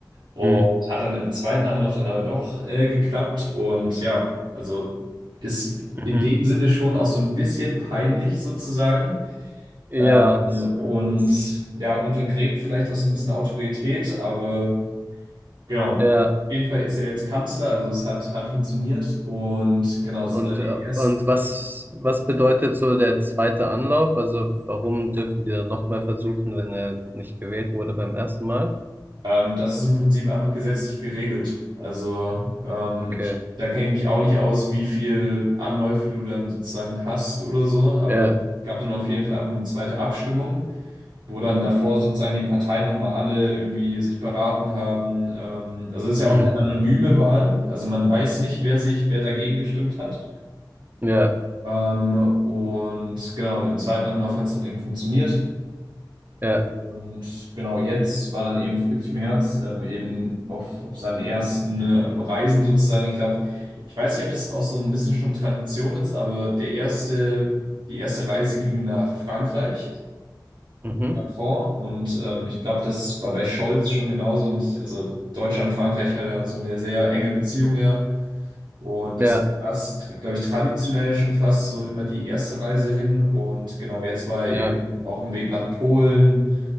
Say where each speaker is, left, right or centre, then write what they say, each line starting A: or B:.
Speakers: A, on the right (about 70°); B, on the right (about 25°).
A: Und
B: Mhm.
A: hat dann im zweiten Anlauf dann aber doch äh, geklappt. Und ja, also ist
B: Mhm.
A: in dem Sinne schon auch so ein bisschen peinlich sozusagen.
B: Ja,
A: Ähm,
B: s-
A: und
B: s-
A: ja, untergräbt vielleicht auch so ein bisschen Autorität, aber genau.
B: ja.
A: Auf jeden Fall ist er jetzt Kanzler, also es hat, hat funktioniert und genau, so
B: Und,
A: seine
B: äh,
A: ersten
B: und was, was bedeutet so der zweite Anlauf? Also warum dürfen die dann nochmal versuchen, wenn er nicht gewählt wurde beim ersten Mal?
A: Ähm, das ist im Prinzip einfach gesetzlich geregelt. Also ähm,
B: Okay.
A: ich, da kenne ich mich auch nicht aus, wie viel Anläufe du dann sozusagen hast oder so, aber
B: Ja.
A: es gab dann auf jeden Fall einfach eine zweite Abstimmung, wo dann davor sozusagen die Parteien nochmal alle irgendwie sich beraten haben. Ähm, also es ist ja auch
B: Mhm.
A: eine anonyme Wahl, also man weiß nicht, wer sich, wer dagegen gestimmt hat.
B: Ja.
A: Ähm, und genau, und im zweiten Anlauf hat es dann eben funktioniert.
B: Ja.
A: Und genau jetzt war dann eben Friedrich Merz ähm, eben auf, auf seinen ersten ähm, Reisen sozusagen. Ich glaube, ich weiß nicht, ob das auch so ein bisschen schon Tradition ist, aber der erste, die erste Reise ging nach Frankreich,
B: Mhm.
A: Macron. Und ähm, ich glaube, das war bei Scholz schon genauso. Und ich, also Deutschland und Frankreich hat ja so eine sehr enge Beziehung, ja. Und
B: Ja.
A: das war, glaube ich, traditionell schon fast so immer die erste Reise hin. Und genau jetzt war er
B: Ja.
A: eben auf dem Weg nach Polen